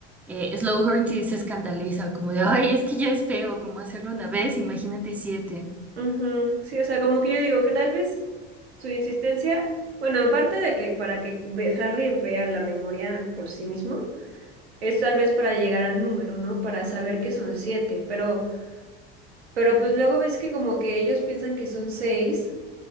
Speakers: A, in the centre; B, on the right.
A: eh, Slughorn sí se escandaliza, como de, ay, es que ya es feo, como hacerlo una vez, imagínate siete.
B: Ujú, Sí, o sea, como que yo digo que tal vez su insistencia, bueno, aparte de que para que ve- Harry vea la memoria por sí mismo, es tal vez para llegar al número, ¿no? Para saber que son siete, pero, pero pues luego ves que como que ellos piensan que son seis,